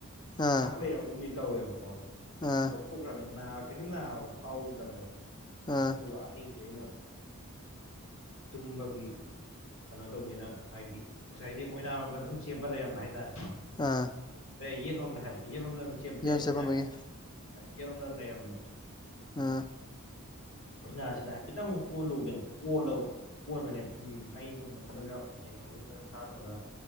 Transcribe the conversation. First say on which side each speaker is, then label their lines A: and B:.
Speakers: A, on the left; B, on the left.
A: ꯑꯥ
B: ꯉꯥꯏꯍꯥꯛ ꯂꯩꯔꯝꯒꯨꯝꯅꯤ ꯇꯧꯋꯦꯕꯀꯣ ꯑꯗꯨ
A: ꯑꯥ
B: ꯂꯧꯊꯣꯛꯈ꯭ꯔꯕꯅ ꯅꯥꯈꯤꯁꯨ ꯅꯥꯕ ꯐꯥꯎꯈꯤꯗ꯭ꯔꯅꯦꯕ
A: ꯑꯥ
B: ꯑꯗꯨꯒ ꯑꯍꯤꯡꯁꯦ ꯑꯩꯅ ꯇꯨꯝꯕꯒꯤ ꯀꯩꯅꯣ ꯇꯧꯕꯒꯦꯅ ꯍꯥꯏꯗꯤ ꯉꯁꯥꯏꯗꯤ ꯑꯣꯏꯅꯥꯔꯣꯝꯗ ꯑꯗꯨꯝ ꯆꯦꯞꯄ ꯂꯩꯔꯝꯕ ꯍꯥꯏꯇꯥꯔꯦ
A: ꯑ
B: ꯑꯦ ꯌꯦꯠꯂꯣꯝꯗ ꯍꯥꯏꯕ ꯌꯦꯠꯂꯣꯝꯗ ꯑꯗꯨꯝ ꯆꯦꯞꯄ ꯂꯩꯔꯕꯅꯦ
A: ꯆꯠꯄꯝꯕꯒꯤ
B: ꯌꯦꯠꯂꯣꯝꯗ ꯑꯗꯨꯝ ꯂꯩꯔꯝꯕꯅꯦ
A: ꯑꯝ
B: ꯅꯥꯁꯤꯗ ꯍꯥꯏꯐꯦꯠꯇꯪ ꯑꯣꯜꯂꯨꯒꯦꯅꯣ ꯑꯣꯜꯂ ꯑꯣꯟꯕꯅꯦ ꯎꯝ ꯃꯩ ꯅꯨꯡ ꯃ ꯊꯠꯂꯒ ꯐꯦꯟ ꯅꯨꯡꯁꯦ ꯐꯖꯅ ꯊꯥꯔꯝꯃꯒ